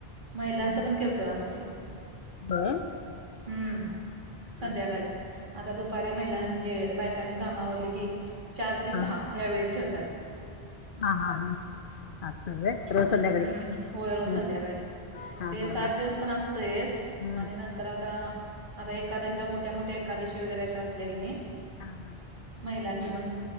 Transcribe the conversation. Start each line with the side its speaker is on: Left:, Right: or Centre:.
Right: महिलांचं
Left: हा
Right: पण
Left: हा
Right: कीर्तन असते
Left: बर
Right: हम्म संध्याकाळी
Left: हा
Right: आता दुपारी महिलांनी म्हणजे बायकांची कामवरली की चार ते सहा
Left: हा
Right: या्या वेळी ठेवतात
Left: हा हा हा असं व्हय रोज
Right: म हम्म
Left: संध्याकाळी
Right: होय रोज
Left: हम्म
Right: संध्याकाळी
Left: हम्म हा
Right: ते
Left: हा
Right: सात
Left: हा
Right: दिवस पण असतच
Left: हम्म
Right: आणि नंतर आता आता एकादशीला मोठ्या मोठ्या एकादशी वगैरे असश असल्या की नाही
Left: हा हा
Right: मला पण